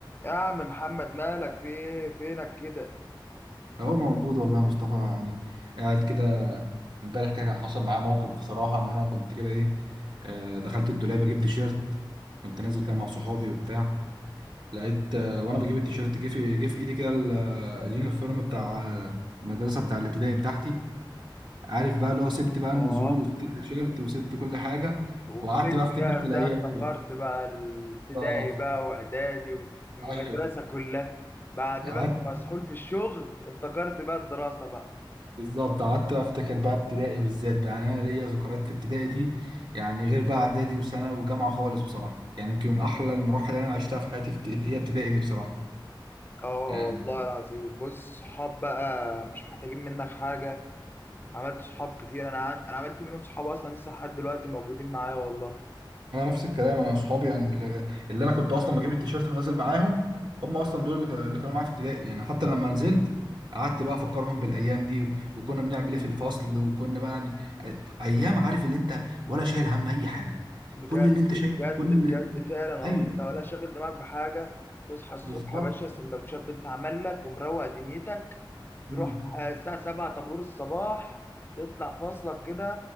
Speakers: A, on the left; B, on the right.
A: يا عم محمد مالك في ايه فينك كده
B: هو موجود والله يا مصطفى يعني قاعد كده امبارح كده كان حصل معاه موقف بصراحة ان انا كنت كده ايه آه، دخلت الدولاب اجيب تيشيرت كنت نازل كده مع صحابي وبتاع لقيت آه، وانا بجيب التيشيرت جه في جه في ايدي كده ال- آه، اليونيفورم بتاع آه، المدرسة بتاع الابتدائي بتاعتي عارف بقى اللي هو سبت بقى
A: اه
B: النزول وسبت التيشيرت وسبت كل حاجة
A: ومسكت
B: وقعدت بقى افتكر
A: بقى
B: في
A: في
B: الايام
A: ده افتكرت
B: دي بقى.
A: بقى الابتدائي
B: بالظبط
A: بقى واعدادي والمدرسة
B: ايوه
A: كلها بعد
B: قعدت
A: ما انت مسحول في الشغل افتكرت بقى الدراسة بقى
B: بالظبط قعدت افتكر بقى ابتدائي بالذات بقى يعني انا ليا ذكريات في ابتدائي دي يعني غير بقى اعدادي وسنه وجامعه خالص بصراحه يعني يمكن من احلى المراحل اللي انا عشتها في حياتي في ابت- هي ابتدائي دي بصراحه
A: اه
B: يعني
A: والله العظيم بص صحاب بقى مش محتاجين منك حاجة عملت صحاب كتير انا عم- انا عملت منهم صحاب اصلا لسه لحد دلوقتي موجودين معايا والله
B: انا نفس الكلام انا اصحابي يعني اللي اللي انا كنت اصلا بجيب التيشيرت ونازل معاهم هم اصلا دول اللي ك- اللي كانوا معايا في ابتدائي يعني حتى لما نزلت قعدت بقى افكرهم بالايام دي و- وكنا بنعمل ايه في الفصل وكنا بقى يعني أي- ايام عارف اللي انت ولا شايل هم اي حاجه
A: بجد
B: كل اللي انت
A: بجد
B: شايل كل
A: بجد
B: اللي
A: فعلا اه
B: ايوه
A: انت ولا شاغل دماغك بحاجة تصحى الصبح
B: بالظبط
A: يا باشا السندوتشات بتتعمل لك ومروق دنيتك
B: مم.
A: تروح الساعة 7 طابور الصباح تطلع فاصلك كده